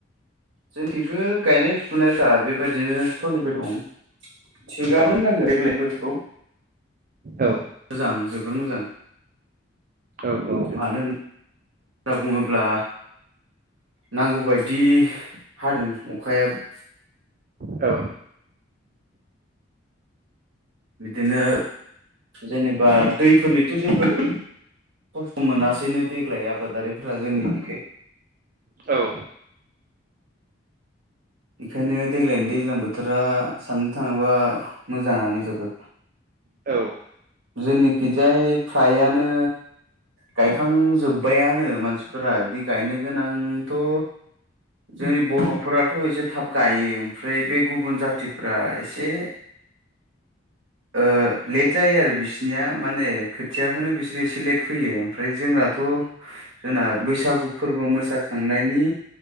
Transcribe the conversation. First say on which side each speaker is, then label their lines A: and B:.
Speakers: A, on the right; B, on the right.
A: जोंनिथिंबो गायनाय फुनायफ्रा बेबायदिनो सोलिबाय दं। थिगानो
B: औ
A: मावनाया देग्लायनि बोथोराव
B: औ
A: मोजां जोबोर मोजां
B: औ औ
A: मानो होनना बुङोब्ला नांगौबायदि हादों अखायाबो
B: औ
A: बिदिनो जेनेबा दैफोरनिथ' जेबो खस्थ' मोनासैनो देग्लाय आबादारिफोरा जोंनि बिखै
B: औ
A: बेखायनो देग्लायनि दैज्लां बोथोरा साननो थाङोबा मोजाङानो जोबोद।
B: औ
A: जोंनिखि जाय फ्रायानो गायखांजोब्बायानो मानसिफोरा बिदि गायनो गोनांथ' जोंनि बर'फोराथ' एसे थाब गायो ओमफ्राय बे गुबुन जाथिफोरा एसे ओ लेत जायो आरो बिसिनिया माने खोथियाखौनो बिसोरो एसे लेट फैयो ओमफ्राय जोंनाथ' जोंना बैसागु फोरबो मोसाखांनायनि